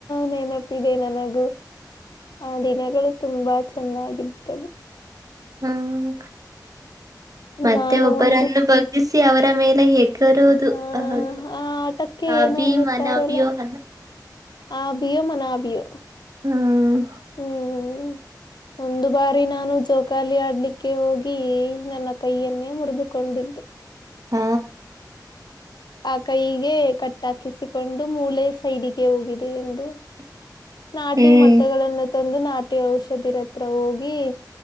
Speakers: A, on the left; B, on the right.
A: ನೆನಪಿದೆ ನನಗೆ. ಗು ಆ ದಿನಗಳು ತುಂಬಾ ಚೆನ್ನಾಗಿದ್ದವು.
B: ಹ್ಮ್ ಮತ್ತೆ
A: ನಾನು
B: ಒಬ್ಬರನ್ನು
A: ಒಂದು
B: ಬಗ್ಗಿಸಿ ಅವರ ಮೇಲೆ ಹೆಗ್ ಎಗರುವುದೂ
A: ಆ
B: ಹೌದು
A: ಆ ಆಟಕ್ಕೆ
B: ಅಭಿಮನ
A: ಏನು ಅನ್ನುತ್ತಾರೆಲ್ಲ
B: ಅಭಿಯೋ ಅನ್ನ
A: ಆ ಬಿಯೋ ಮನಾಬಿಯೋ.
B: ಹ್ಮ್
A: ಹ್ಮ್ ಒಂದು ಬಾರಿ ನಾನು ಜೋಕಾಲಿ ಆಡ್ಲಿಕ್ಕೆ ಹೋಗಿ ನನ್ನ ಕೈಯನ್ನೇ ಮುರಿದುಕೊಂಡಿದ್ದೆ.
B: ಹ್ಮ
A: ಆ ಕೈಗೆ ಕಟ್ ಹಾಕಿಸಿಕೊಂಡು ಮೂಳೆ ಸೈಡಿಗೆ ಹೋಗಿದೆ ಎಂದು.
B: <inaudible>
A: ನಾಟಿ
B: ಹ್ಮ್
A: ಮೊಟ್ಟೆಗಳನ್ನು ತಂದು ನಾಟಿ ಔಷಧಿರ ಹತ್ರ ಹೋಗಿ.